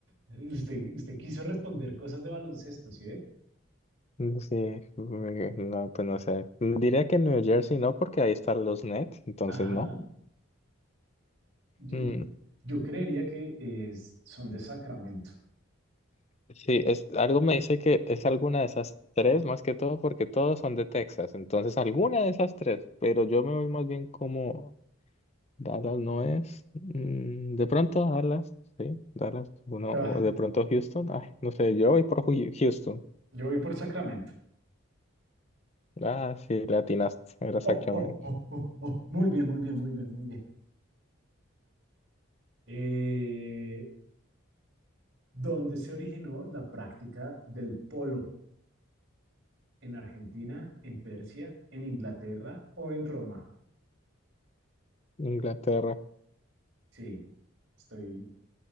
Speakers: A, on the right (about 55°); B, on the left (about 30°).
A: Usted, usted quiso responder cosas de baloncesto, ¿sí ve?
B: Sí, mm, no, pues no sé. Diría que New Jersey no, porque ahí están los Nets, entonces
A: Ajá.
B: no.
A: Yo,
B: Mm,
A: yo- yo creería que es- son de Sacramento.
B: sí, es, algo me dice que es alguna de esas tres, más que todo porque todos son de Texas, entonces alguna de esas tres, pero yo me voy más bien como Dallas no es, mm, de pronto Dallas, sí, Dallas, uno,
A: Ah,
B: o de pronto Houston, ay, no sé, yo voy por Hu- Houston,
A: Yo voy por Sacramento.
B: ah, sí, latinaste, era
A: Oh,
B: Sacramento,
A: oh, oh, oh, oh. Muy bien, muy bien, muy bien, muy bien. Eh, ¿dónde se originó la práctica del polo? ¿En Argentina, en Persia, en Inglaterra o en Roma?
B: Inglaterra,
A: Sí, estoy,